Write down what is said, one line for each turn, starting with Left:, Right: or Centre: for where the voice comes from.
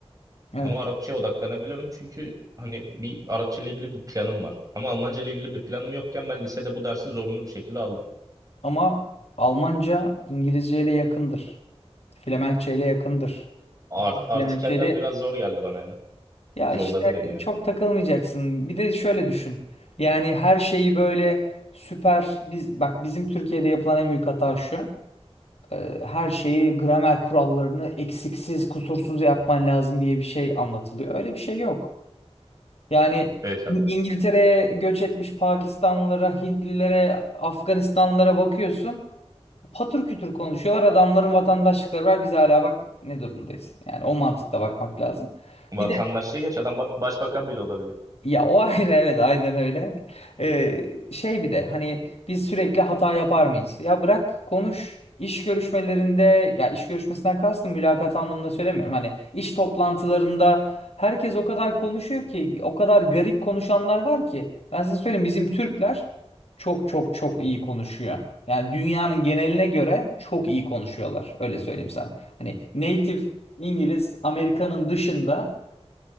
Left: Evet.
Right: Ama Arapçaya odaklanabiliyorum çünkü hani bir Arapça ile ilgili bir planım var. Ama Almanca ile ilgili bir planım yokken ben lisede bu dersi zorunlu bir şekilde aldım.
Left: Ama Almanca İngilizce ile yakındır. Flemenkçe ile yakındır.
Right: Art
Left: Hatta Flemenkçe
Right: artikeller
Left: ile
Right: biraz zor geldi bana ya.
Left: ya
Right: Zorladı
Left: işte
Right: beni yani.
Left: çok takılmayacaksın. Bir de şöyle düşün. Yani her şeyi böyle süper biz bak bizim Türkiye'de yapılan en büyük hata şu. Ee, Her şeyi gramer kurallarını eksiksiz, kusursuz yapman lazım diye bir şey anlatılıyor. Öyle bir şey yok. Yani
Right: Evet abi.
Left: İ- İngiltere'ye göç etmiş Pakistanlılara, Hintlilere, Afganistanlılara bakıyorsun patır kütür konuşuyorlar. Adamların vatandaşlıkları var. Biz hala bak ne durumdayız. Yani o mantıkla bakmak lazım.
Right: Vatandaşlığı
Left: Bir de
Right: geç adam ba- başbakan bile olabiliyor.
Left: ya o ayrı evet aynen öyle. Ee, şey bir de hani biz sürekli hata yapar mıyız? Ya bırak konuş. İş görüşmelerinde ya iş görüşmesinden kastım mülakat anlamında söylemiyorum. Hani iş toplantılarında herkes o kadar konuşuyor ki o kadar garip konuşanlar var ki. Ben size söyleyeyim bizim Türkler çok çok çok iyi konuşuyor. Yani dünyanın geneline göre çok iyi konuşuyorlar. Öyle söyleyeyim sana. Hani native İngiliz Amerika'nın dışında